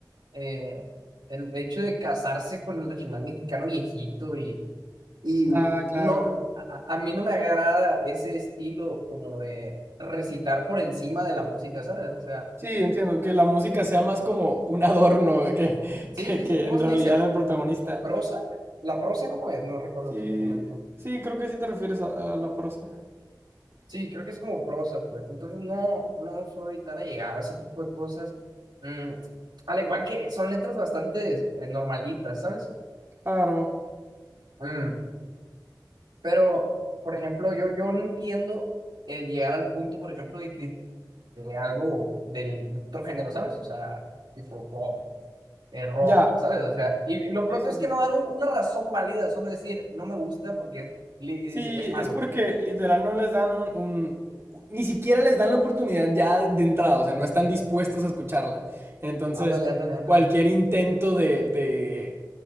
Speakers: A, on the right (about 85°); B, on the right (about 35°).
A: eh, el hecho de casarse con el regional mexicano viejito y, y
B: Ah, claro.
A: no, a, a mí no me agrada ese estilo como de recitar por encima de la música, ¿sabes? O sea
B: Sí, entiendo, que la música sea más como un adorno de que, <laughs>
A: Sí,
B: que,
A: sí,
B: que
A: sí, ¿cómo
B: en
A: se
B: realidad
A: le dice?
B: el
A: Mm,
B: protagonista.
A: ¿Prosa? ¿La prosa cómo es? No recuerdo
B: Sí,
A: exactamente.
B: sí, creo que sí te refieres a, a la prosa.
A: Sí, creo que es como prosa, pues. Entonces no, no soy tan allegado a ese tipo de cosas. Mm, al igual que son letras bastante eh, normalitas, ¿sabes?
B: Claro.
A: Mm, pero, por ejemplo, yo, yo no entiendo eh, llegar al punto, por ejemplo, de que de algo del, de otro género, ¿sabes? O sea, tipo pop. eh, rock,
B: Ya.
A: ¿sabes? O sea, y, y lo
B: Sí,
A: pronto
B: sí,
A: es
B: sí.
A: que no dar un- una razón válida, solo decir, no me gusta porque li- y
B: Sí,
A: dice, es malo.
B: es porque literal no les dan un, un- Ni siquiera les dan la oportunidad ya de entrada, o sea, no están dispuestos a escucharla. Entonces,
A: Ándale, ándale, ándale.
B: cualquier intento de, de,